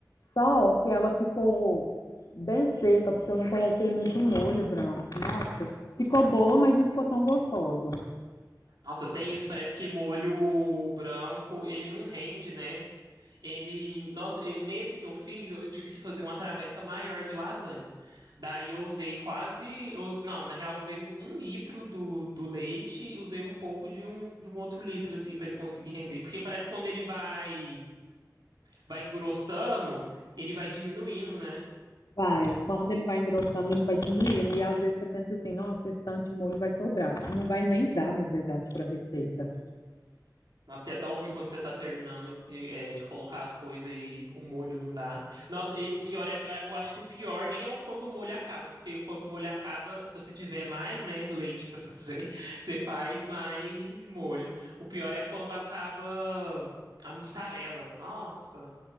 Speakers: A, on the left; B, on the right.
A: Só que ela ficou bem seca, porque eu não coloquei muito molho branco. Nossa, ficou boa, mas não ficou tão gostosa.
B: Nossa, tem isso, parece que molho branco, ele não rende, né? Ele, nossa, eh, nesse que eu fiz, eu tive que fazer uma travessa maior de lasanha. Daí eu usei quase, eu us- não, na real, eu usei um litro do, do leite e usei um pouco de um, de um outro litro, assim, para ele conseguir render. Porque parece que quando ele vai, vai engrossando, ele vai diminuindo, né?
A: Vai, quando ele vai engrossando, ele vai diminuindo. E às vezes você pensa assim, nossa, esse tanto de molho vai sobrar. Não vai nem dar, na verdade, para a receita.
B: Nossa, e é tão ruim quando você tá terminando de, é, de colocar as coisas e o molho não dá. Nossa, e o pior é, é, eu acho que o pior nem é o quando o molho acaba, porque quando o molho acaba, se você tiver mais, né, leite pra fazer, <laughs> você faz mais molho. O pior é quando acaba a mussarela. Nossa,